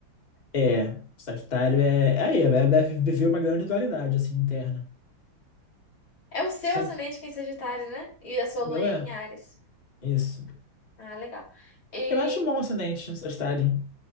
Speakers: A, on the left (about 25°); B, on the left (about 85°).
A: É, o Sagitário é. É aí, é- deve viver uma grande dualidade, assim, interna.
B: É o seu
A: Sendo,
B: ascendente que é em Sagitário, né? E a sua
A: o
B: Lua
A: meu
B: em
A: é.
B: Áries.
A: Isso.
B: Ah, legal. E...
A: Eu acho bom o ascendente, o Sagitário.